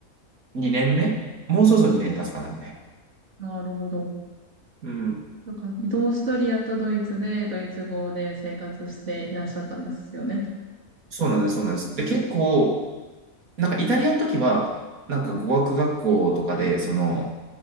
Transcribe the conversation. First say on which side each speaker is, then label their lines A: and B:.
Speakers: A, on the right; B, on the right.
A: 2年目もうそろそろ2年経つかなみたいな。
B: なるほど。
A: うん。
B: そうか、オーストリアとドイツで、ドイツ語で生活していらっしゃったんですよね。
A: そうなんです、そうなんです。で、結構、なんかイタリアの時は、なんか語学学校とかで、
B: はい。うん
A: その、